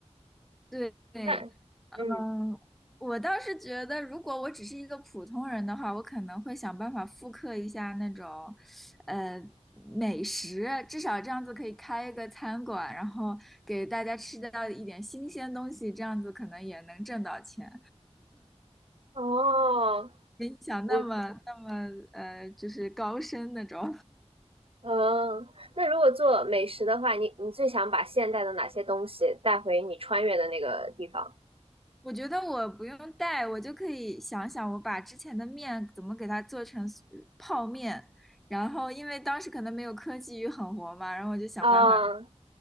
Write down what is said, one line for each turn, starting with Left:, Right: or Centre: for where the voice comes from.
Centre: 对对，
Right: 那嗯
Centre: 嗯，我倒是觉得，如果我只是一个普通人的话，我可能会想办法复刻一下那种，呃，美食，至少这样子可以开一个餐馆，然后给大家吃到一点新鲜东西，这样子可能也能挣到钱。
Right: 哦，
Centre: 没你想那么那么呃，
Right: 我
Centre: 就是高深那种。
Right: 嗯，那如果做美食的话，你你最想把现代的哪些东西带回你穿越的那个地方？
Centre: 我觉得我不用带，我就可以想想我把之前的面怎么给它做成呃泡面，然后因为当时可能没有科技与狠活嘛，然后我就想办法
Right: 啊